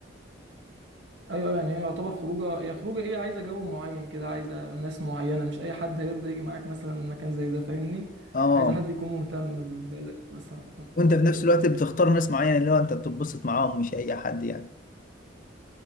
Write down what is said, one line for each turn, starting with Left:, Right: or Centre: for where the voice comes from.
Right: ايوه أيوة، يعني هي يعتبر خروجه هي خروجه ايه عايزه جو معين كده عايزه ناس معينه مش اي حد هيرضى يجي معاك مثلا مكان زي ده فاهمني
Left: اه
Right: عايزه حد يكون مهتم بالبلد مثلا
Left: وانت في
Right: كده
Left: نفس الوقت بتختار ناس معينة اللي هو انت بتتبسط معاهم مش اي حد يعني